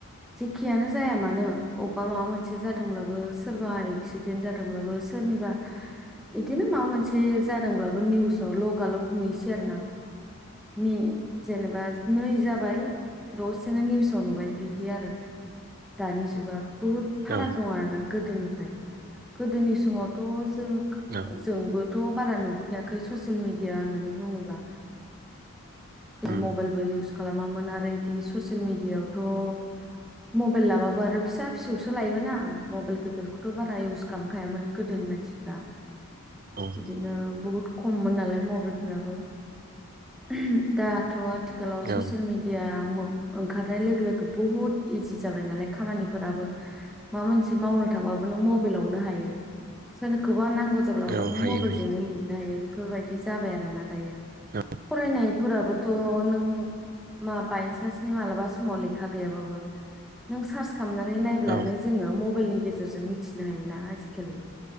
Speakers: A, in the centre; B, on the right.
A: जेखियानो जाया मानो अबेबा माबा मोनसे जादोंब्लाबो सोरबा एक्सिडेन्ट जादोंब्लाबो सोरनिबा इदिनो माबा मोनसे जादोंब्लाबो निउसाव लगालग नुयोसै आरो ना नि जेनेबा नै जाबाय दसेनो निउसाव नुबाय बिदि आरो दानि जुगा बुहुत फाराग
B: औ
A: दं आरो ना गोदोनि गोदोनि समावथ' जों
B: औ
A: जोंबो थ' बारा नुबोखायाखै ससियेल मिडिया होननानै बुंङोब्ला गो
B: उम
A: मबाइलबो इउस खालामामोन आरो इदि ससियेल मिडियाआवथ' मबाइल लाबाबो आरो फिसा फिसौसो लायोमोना मबाइल गिदिरखौथ' बारा इउस खालामखायामोन गोदोनि मानसिफ्रा।
B: औ
A: बिदिनो बुहुत खममोनना लाय मबाइलफोराबो ओमह दाथ' आथिखालाव ससियेल
B: औ
A: मिडिया ओंखारनाय लोगो लोगो बुहुद इजि जाबाय नालाय खामानिफोराबो माबा मोनसे मावनो थांबा नों मबेलावनो हायो। जोनखो गोबां नांगौ जाब्लाबो
B: औ
A: नों
B: हायो
A: मबेइलजोंनो
B: हायो
A: लिरनो हायो। बेफोरबायदि जाबाय आरोना दायो।
B: औ
A: फरायनायफोराबोथ' नों मा बायनसान्सनि मालाबा समाव लेखा गैयाबाबो नों सार्स खामनानै नायब्लानो
B: औ
A: जोंङो मबाइलनि गेजेरजों मिथिनो हायोना आजिखालि।